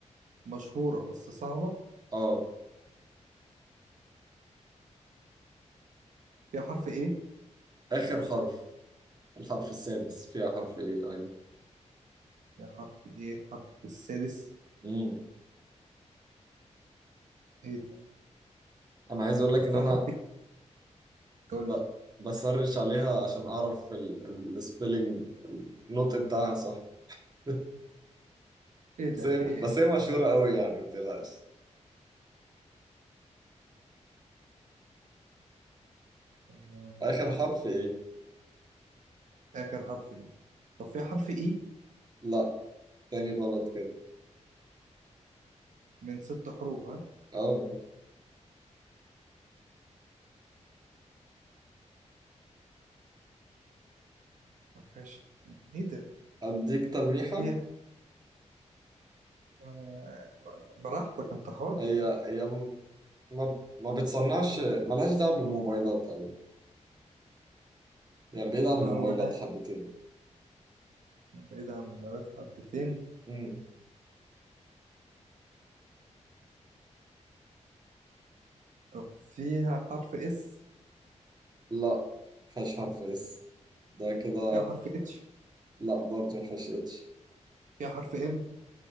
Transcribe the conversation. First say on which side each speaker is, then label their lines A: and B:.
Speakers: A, on the right; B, on the right.
A: مشهورة بس صعبة
B: اه
A: فيها حرف ايه
B: اخر حرف الحرف السادس فيها حرف ايه ايوه
A: فيها حرف ايه الحرف السادس
B: امم
A: ايه ده
B: انا عايز اقول لك
A: طب
B: ان
A: فيها
B: انا
A: حرف ايه قول
B: ب...
A: لي.
B: بسرش عليها عشان اعرف السبيلنج النطق بتاعها صح <laughs>
A: ايه ده
B: بس هي
A: في ايه
B: بس هي مشهورة قوي يعني ما تقلقش
A: آه،
B: آخر حرف إيه؟
A: اخر حرف ايه طب فيها حرف اي
B: لا تاني غلط كده
A: من ست حروف ها
B: أه
A: ما فيهاش ايه ده
B: أديك تلميحة
A: فيها آه، براحتك انت حر
B: هي هي م- ما ما بتصنعش ملهاش دعوة بالموبايلات أوي يعني بعيد عن
A: ما
B: الموبايلات
A: هو ده
B: حبتين
A: بعيد عن مباراة حبتين
B: مم.
A: طب فيها حرف اس
B: لا مفيهاش حرف إس ده كده
A: فيها حرف اتش
B: لا برضه ما فيهاش اتش
A: فيها حرف ام